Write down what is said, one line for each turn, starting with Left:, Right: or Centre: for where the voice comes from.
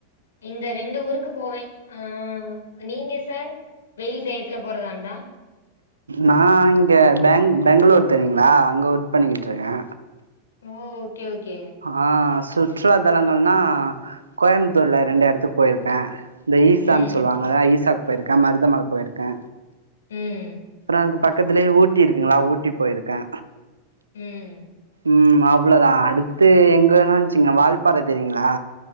Left: இந்த ரெண்டு ஊருக்கு போவே அ நீங்க சார் வெயில் டயத்துல போறதாருந்தா
Right: நா இங்க பேங் பெங்களூர் தெரியுங்களா அங்க ஒர்க் பண்ணிகிட்ருக்கே
Left: ஓ ஓகே.
Right: ஆ சுற்றுலா தலங்கள்னா கோயம்புத்தூர்ல ரெண்டு எடத்துக்கு போயிருக்கே இந்த ஈசான்னு
Left: ம்,
Right: சொல்லுவாங்கல ஈசா போயிருக்கே மருதமல போயிருக்கே
Left: ம்
Right: அங்க பக்கத்துலயே ஊட்டி இருக்குங்ளா ஊட்டி போயிருக்கே
Left: ம்
Right: ம் அவ்வளோதா அடுத் து எங்கனா வச்சுங்க வால்பாற தெரியுங்களா